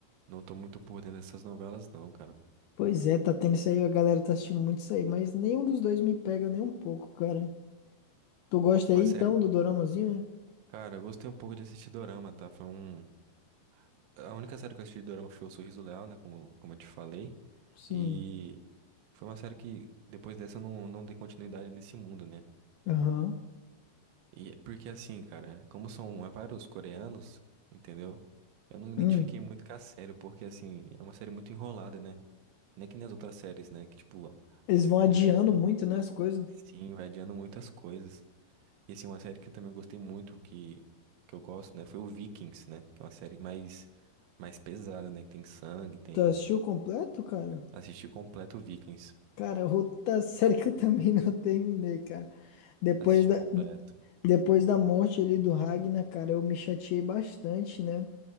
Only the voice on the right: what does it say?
Não tô muito por dentro dessas novelas, não, cara.
Uma
série.
Cara, eu gostei um pouco de assistir Dorama, tá? Foi um. A única série que eu assisti de Dorama foi O Sorriso Leal, né? Como, como eu te falei.
E foi uma série que depois dessa eu não, não dei continuidade nesse mundo, né?
E é porque assim, cara, como são é, vários coreanos, entendeu? Eu não me identifiquei
muito com a série, porque assim, é uma série muito enrolada, né? Não é que nem as outras séries, né? Que tipo,
é,
sim, vai adiando muitas coisas. E assim, uma série que eu também gostei muito, que, que eu gosto, né? Foi o Vikings, né? Que é uma série mais, mais pesada, né? Que tem sangue, tem.
Assisti completo o Vikings.
Assisti
completo.